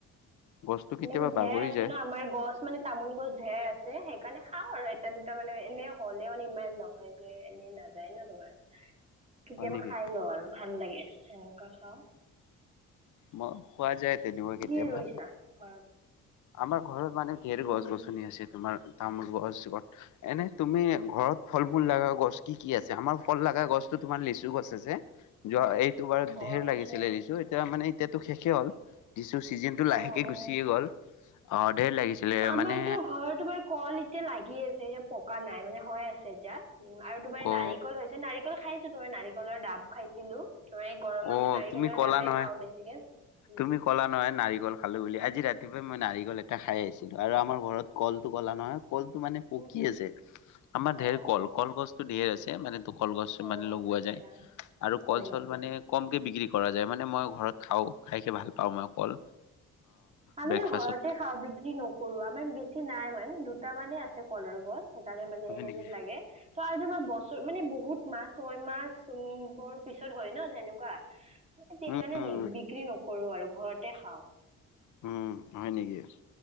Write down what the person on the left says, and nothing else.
গছটো কেতিয়াবা
বাগৰি
যায়,
হয় নেকি?
ম খোৱা যায় তেনেকুৱা কেতিয়াবা।
আমাৰ ঘৰত মানে ধেৰ
গছ গছনি আছে তোমাৰ তামোল গছত, এনে তুমি ঘৰত ফল মূল লগা গছ কি কি আছে? আমাৰ ফল লগা গছ তোমাৰ লেচ টো গছ আছে, যোৱা এইটোবাৰ
ধেৰ
লাগিছিলে লেচু, এতিয়া মানে এতিয়াতো শেষে হ'ল, দিছ ছিজনটো
লাহেকে
গুচিয়ে গ'ল। অ ধেৰ লাগিছিলে
মানে
অ
অ
তুমি ক'লা
নহয়
তুমি ক'লা নহয় নাৰিকল খালো বুলি আজি ৰাতিপুৱাই মই নাৰিকল এটা খাই আহিছিলো, আৰু আমাৰ ঘৰত কলটো কলা নহয়। কলটো মানে পকি
আছে, আমাৰ
ধেৰ কল
কলগছটো ধেৰ আছে। মানে, কলগছ
মানে লগোৱা
যায়। আৰু কল-চল
মানে কমকে বিক্ৰী কৰা যায়, মানে মই ঘৰত খাওঁ। খাইকে ভাল পাওঁ মানে কল।
ব্ৰেকফাষ্টত
হয়
নেকি
উম উম
উম, হয় নেকি?